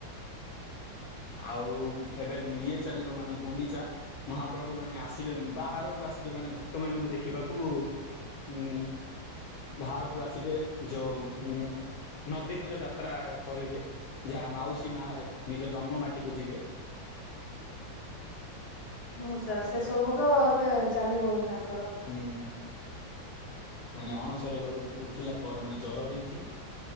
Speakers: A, on the left (about 85°); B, on the left (about 60°).
A: ଆଉ ଏବେ ଇଏ ଚାଲିବ ମାନେ ଗୁଣ୍ଡିଚା। ମହାପ୍ରଭୁ ମାନେ ଆସିବେ ବାହାରକୁ ଆସିବେ ମାନେ ଭକ୍ତ ମାନଙ୍କୁ ଦେଖିବାକୁ ହୁଁ ବାହାରକୁ ଆସିବେ ଯୋଉ ନଦୀନୀର ଯାତ୍ରା କରିବେ ଯାହା ମାଉସୀ ମାହରେ ନିଜ ଜନ୍ମ ମାଟିକୁ ଯିବେ।
B: ହଁ ସାର୍ ସେ ସବୁ ତ ଏବେ ଚାଲିବ ହିଁ ତାଙ୍କର
A: ହୁଁ। ମାନେ ଅଣସର ଘରୁ ଉଠିଲା ପରେ ମାନେ ଜର ହେଇଛି।